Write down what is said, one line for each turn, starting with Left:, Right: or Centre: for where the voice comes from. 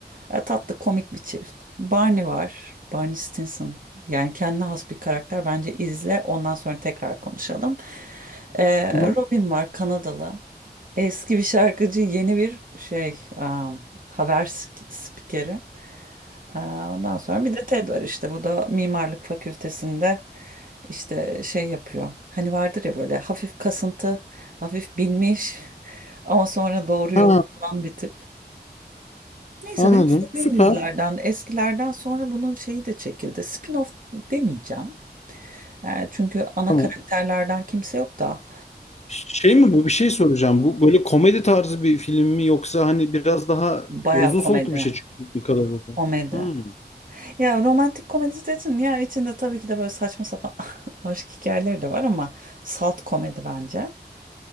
Right: E, tatlı komik bir çift. Barney var. Barney Stinson. Yani kendine has bir karakter. Bence izle. Ondan sonra tekrar konuşalım. E,
Left: Hı hı.
Right: Robin var Kanadalı. Eski bir şarkıcı, yeni bir şey, e, haber spikeri. Ee, Ondan sonra bir de TED var işte bu da mimarlık fakültesinde işte şey yapıyor. Hani vardır ya böyle hafif kasıntı, hafif binmiş <laughs> ama sonra doğru
Left: Ha,
Right: yolu bulan bir tip. Neyse
Left: anladım.
Right: benim sevdiğim
Left: Süper.
Right: dizilerden eskilerden sonra bunun şeyi de çekildi. Spin-off demeyeceğim. Ee, çünkü ana
Left: Tamam.
Right: karakterlerden kimse yok da
Left: Şey mi bu? Bir şey soracağım. Bu böyle komedi tarzı bir film mi yoksa hani biraz daha
Right: baya
Left: ya uzun
Right: komedi.
Left: soluklu bir şey çünkü bu kadar.
Right: Komedi.
Left: Hı.
Right: Ya romantik komedi dedin ya içinde tabii ki de böyle saçma sapan <laughs> aşk hikayeleri de var ama salt komedi bence.